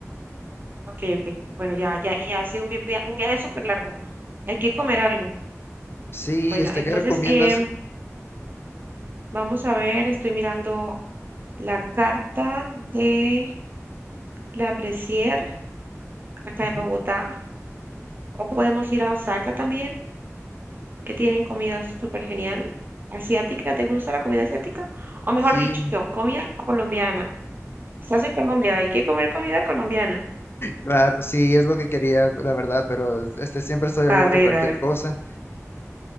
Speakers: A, on the right; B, on the left.
A: Ok, ok. Bueno, ya, ya, y ha sido un, vi- via- un viaje súper largo. Hay que comer algo.
B: Sí,
A: Bueno,
B: este,
A: entonces,
B: ¿qué recomiendas?
A: em, vamos a ver, estoy mirando la carta de la Presier acá
B: Ujú.
A: en Bogotá. O podemos ir a Osaka también. que tienen comida súper genial. ¿Asiática? ¿Te gusta la comida asiática? O mejor
B: Sí,
A: dicho, comida colombiana. Estás en Colombia, hay que comer comida colombiana.
B: claro, sí, es lo que quería, la verdad, pero este siempre estoy abierto
A: A ver,
B: a cualquier
A: a ver.
B: cosa.